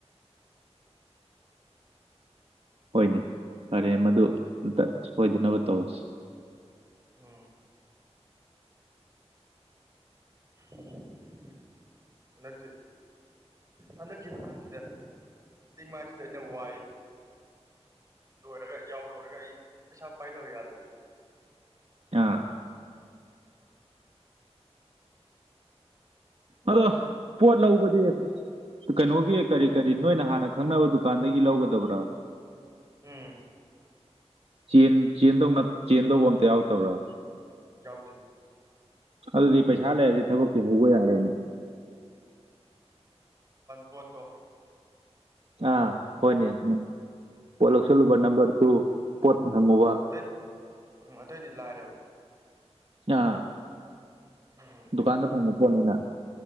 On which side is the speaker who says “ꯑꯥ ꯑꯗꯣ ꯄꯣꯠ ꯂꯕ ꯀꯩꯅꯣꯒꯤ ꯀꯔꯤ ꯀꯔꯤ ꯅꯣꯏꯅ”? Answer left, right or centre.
Right